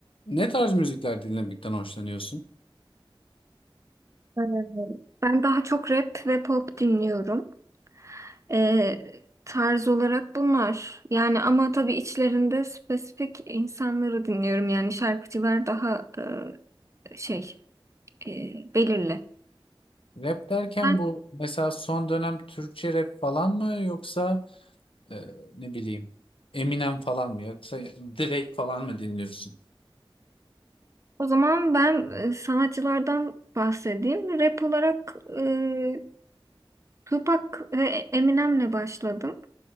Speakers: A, on the left; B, on the right.
A: Ne tarz müzikler dinlemekten hoşlanıyorsun?
B: Ee, Ben daha çok rap ve pop dinliyorum. Ee, tarz olarak bunlar. Yani ama tabii içlerinde spesifik insanları dinliyorum. Yani şarkıcılar daha e, şey e, belirli.
A: Rap derken
B: Ben,
A: bu mesela son dönem Türkçe rap falan mı yoksa e, ne bileyim Eminem falan mı yoksa Drake falan mı dinliyorsun?
B: o zaman ben e, sanatçılardan bahsedeyim. Rap olarak e, Tupac ve Eminem'le başladım